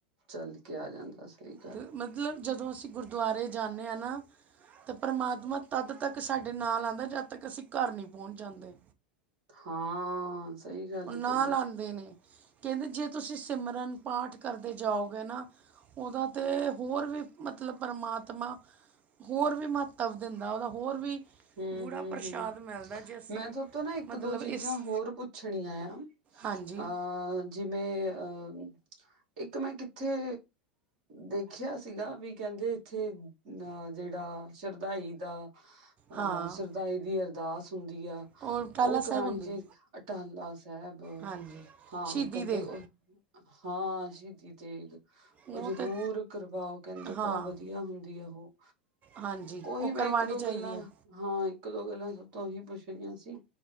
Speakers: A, on the right; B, on the right.
A: ਚੱਲ ਕੇ, ਆ ਜਾਂਦਾ ਸੀ।
B: ਤੇ ਮਤਲਬ, ਜਦੋਂ ਅਸੀਂ ਗੁਰਦੁਆਰੇ, ਜਾਂਨੇ ਆਂ ਨਾ ਤੇ ਪਰਮਾਤਮਾ, ਤਦ ਤੱਕ ਸਾਡੇ ਨਾਲ ਆਂਦਾ, ਜਦ ਤੱਕ ਅਸੀਂ ਘਰ ਨੀ ਪੋੱਚ ਜਾਂਦੇ
A: ਹਾਂ ਸਹੀ ਗੱਲ
B: ਨਾਲ
A: ਕਹੀ ਆ
B: ਆਂਦੇ ਨੇ, ਕਹਿੰਦੇ, ਜੇ ਤੁਸੀਂ ਸਿਮਰਨ ਪਾਠ ਕਰਦੇ ਜਾਉ ਗੇ ਨਾ ਔਦਾ ਤੇ, ਹੋਰ ਵੀ ਮਤਲਬ, ਪਰਮਾਤਮਾ ਹੋਰ ਵੀ, ਮਹੱਤਵ ਦਿੰਦਾ, ਔਦਾ ਹੋਰ ਵੀ
A: ਹੁੰ-ਹੁੰ-ਹੁੰ,
B: ਗੂੜਾ ਪ੍ਰਸ਼ਾਦ ਮਿਲਦਾ ਜੇ ਅਸੀਂ
A: ਮੈਂਥੋ ਤੋਂ ਨਾ, ਇੱਕ-ਦੋ
B: ਮਤਲਬ ਇਸ
A: ਚੀਜ਼ਾਂ ਹੋਰ ਪੁੱਛ ਪੁੱਛਣ ਨਈ, ਆਇਆ
B: ਹਾਂਜੀ
A: ਜਿਵੇਂ ਅ, ਇੱਕ ਮੈਂ ਕਿੱਥੇ ਦੇਖਿਆ ਸੀਗਾ, ਵੀ ਕਹਿਦੇ ਇੱਥੇ, ਅ ਜਿਹੜਾ ਸ਼ਰਧਾਈ ਦਾ ਅ
B: ਹਾਂ
A: ਸ਼ਰਦਾਈ ਦੀ, ਅਰਦਾਸ ਹੁੰਦੀ ਆ
B: ਉਹ ਟਾਹਲਾ
A: ਔ
B: ਸਾਹਿਬ
A: ਕਰਾਣੀ
B: ਹੁੰਦੀ
A: ਸੀ ਅ ਟਾਲਾ ਸਾਹਿਬ,
B: ਹਾਂਜੀ
A: ਹਾਂ
B: ਸ਼ਹੀਦੀ
A: ਕਹਿਦੇ
B: ਦੇ
A: ਔ ਹਾਂ ਸ਼ਹੀਦੀ ਤੇਗ
B: ਉਹ
A: ਔ ਜ਼ਰੂਰ
B: ਤਾਂ
A: ਕਰਵਾਓ ਕੈਂਦੇ,
B: ਹਾਂ
A: ਬੋਤ ਵਧੀਆ ਹੁੰਦੀ ਆ ਔਹ
B: ਹਾਂਜੀ
A: ਔਹੀ,
B: ਉਹ
A: ਮੈਂ
B: ਕਰਵਾਉਣੀ
A: ਇੱਕ-ਦੋ
B: ਚਾਹੀਦੀ
A: ਗੱਲਾਂ
B: ਹੈ
A: ਹਾਂ, ਇੱਕ-ਦੋ ਗੱਲਾਂ ਤਾਥੋ ਤੋਂ ਔਹੀ, ਪੁੱਛਣੀਆਂ ਸੀ,